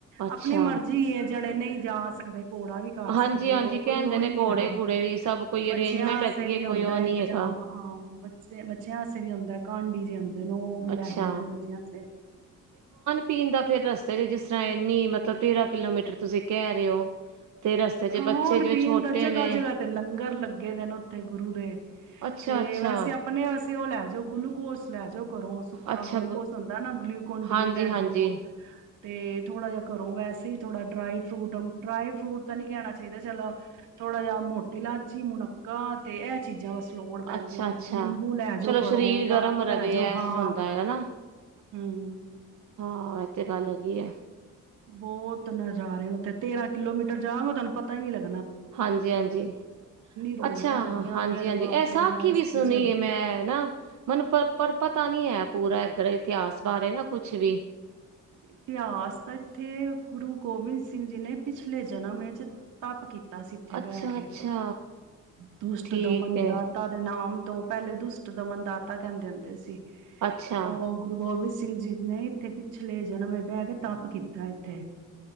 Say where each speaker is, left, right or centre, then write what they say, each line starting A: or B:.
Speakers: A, on the right (about 70°); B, on the right (about 85°).
A: ਅੱਛਾ।
B: ਆਪਣੀ ਮਰਜ਼ੀ ਏ ਜੜੇ ਨਈ ਜਾ ਸਕਦੇ ਪਕੋੜਾ ਵੀ ਕਰ
A: ਹਾਂਜੀ-ਹਾਂਜੀ
B: ਸਕਦੇ ਹੋ
A: ਕਹਿੰਦੇ
B: ਕੋਈ ਉਹ
A: ਨੇ
B: ਨੀ
A: ਘੋੜੇ-ਘੂੜੇ
B: ਹੈ ਹਾਂ
A: ਵੀ ਸਭ ਕੋਈ
B: ਬੱਚਿਆਂ
A: ਅਰੇਂਜਮੈਂਟ
B: ਵਾਸਤੇ
A: ਹੈਗੀ
B: ਵੀ
A: ਏ
B: ਆਉਂਦਾ
A: ਕੋਈ ਉਹ
B: ਇੰਤਜ਼ਾਮ,
A: ਨੀ ਹੈਗਾ।
B: ਹਾਂ ਬ ਬੱਚਿਆਂ ਵਾਸਤੇ ਵੀ ਹੁੰਦਾ ਕਾਂਡੀ ਜੇ ਆਉਦੇ ਉਹ ਲੈ
A: ਅੱਛਾ
B: ਜਾਂਦੇ ਬੱਚਿਆਂ ਆਸੇ
A: ਪੀਣ ਦਾ ਫੇਰ ਰਸਤੇ ਚ ਜਿਸ ਤਰ੍ਹਾਂ ਇੰਨੀ ਮਤਲਬ ਤੇਰਾਂ ਕਿਲੋਮੀ ਮੀਟਰ ਤੁਸੀਂ ਕਹਿ ਰਹੇ ਹੋ ਤੇ ਰਸਤੇ ਚ
B: ਖਾਣ
A: ਬੱਚੇ ਜਿਵੇਂ
B: ਪੀਣ
A: ਛੋਟੇ
B: ਦਾ ਜਗ੍ਹਾ-ਜਗ੍ਹਾ
A: ਨੇ
B: ਤੇ ਲੰਗਰ ਲੱਗੇ ਦੇ ਨੇ ਉੱਥੇ ਗੁਰੂ ਦੇ
A: ਅੱਛਾ-ਅੱਛਾ,
B: ਤੇ ਵੈਸੇ ਆਪਣੇ ਵਸ ਤੇ ਉਹ ਲੈਨ ਗਲੂਕੋਸ ਲੈ ਜਾਓ ਕਰੋ ਸੁੱਕਾ
A: ਅੱਛਾ
B: ਗਲੂਕੋਸ ਹੁੰਦਾ ਨਾ ਗਲੂਕੋਨ ਡੀ
A: ਹਾਂਜੀ-ਹਾਂਜੀ,
B: ਲੈ ਜਾਓ ਤੇ ਥੋੜਾ ਜਿਹਾ ਕਰੋ ਵੈਸੇ ਏਹ ਥੋੜਾ ਡਰਾਈ ਫਰੂਟ ਡਰਾਈ ਫਰੂਟ ਤਾਂ ਨੀ ਕਹਿਣਾ ਚਾਹੀਦਾ ਚਲੋ ਥੋੜਾ ਜਿਹਾ ਮੋਟੀ ਇਲਾਚੀ, ਮੁਨੱਕਾਂ ਤੇ ਇਹ ਚੀਜ਼ਾਂ ਬਸ ਲੋੜ ਪੈਂਦੀਆਂ
A: ਅੱਛਾ-ਅੱਛਾ।
B: ਨੇ ਨਿੰਬੂ ਲੈ
A: ਚਲੋ
B: ਜਾਓ ਘਰੋਂ,
A: ਸਰੀਰ ਗਰਮ
B: ਚਾਕੂ
A: ਰਵੇ
B: ਲੈ ਜਾਓ
A: ਐ
B: ਹਾਂ।
A: ਹੁੰਦਾ ਹੈਗਾ ਨਾ
B: ਹੁੰ
A: ਹਾਂ ਇਹ ਤੇ ਗੱਲ ਹੈਗੀ ਆ।
B: ਬਹੁਤ ਨਜ਼ਾਰੇ ਨੇ ਉੱਥੇ ਤੇਰਾਂ ਕਿਲੋਮੀਟਰ ਜਾਊਗਾ ਤੁਹਾਨੂੰ ਪਤਾ ਹੀ ਨੀ ਲੱਗ
A: ਹਾਂਜੀ -ਹਾਂਜੀ
B: ਰੌਣਕਾਂ
A: ।ਅੱਛਾ
B: ਲੱਗੀਆਂ ਹੁੰਦੀਆਂ
A: ਹਾਂਜੀ
B: ਨੇ
A: -ਹਾਂਜੀ
B: ਬਾਬੇ
A: ਇਹ ਸਾਖੀ
B: ਦੀਆਂ ਰਸਤੇ
A: ਵੀ ਸੁਣੀਏ
B: ਚ
A: ਮੈਂ ਨਾ ਮੈਨੂੰ ਪਰ ਪਰ ਪਤਾ ਨੀ ਹੈ। ਪੂਰਾ ਇੱਧਰ ਇਤਿਹਾਸ ਬਾਰੇ ਨਾ ਕੁਛ ਵੀ
B: ਇਤਿਹਾਸ ਇੱਥੇ ਗੁਰੂ ਗੋਬਿੰਦ ਸਿੰਘ ਜੀ ਨੇ ਪਿਛਲੇ ਜਨਮ ਵਿੱਚ ਤਪ ਕੀਤਾ। ਸੀ ਇੱਥੇ
A: ਅੱਛਾ-ਅੱਛਾ
B: ਬਹਿ ਕੇ ਦੁਸ਼ਟ
A: ਠੀਕ
B: ਦਮਨ
A: ਹੈ
B: ਦਾਤਾ ਦੇ ਨਾਮ ਦੋ ਪਹਿਲੇ ਦੁਸ਼ਟ ਦਮਨਦਾਤਾ ਕਹਿੰਦੇ ਹ ਤੇ ਅਸੀ
A: ਅੱਛਾ-ਅੱਛਾ
B: ਉਹ ਗੁਰੂ ਗੋਬਿੰਦ ਸਿੰਘ ਸਿੰਘ ਜੀਤ ਨੇ ਇੱਥੇ ਪਿਛਲੇ ਜਨਮ ਇਹ ਬਹਿ ਕੇ ਤਪ ਕੀਤਾ ਇੱਥੇ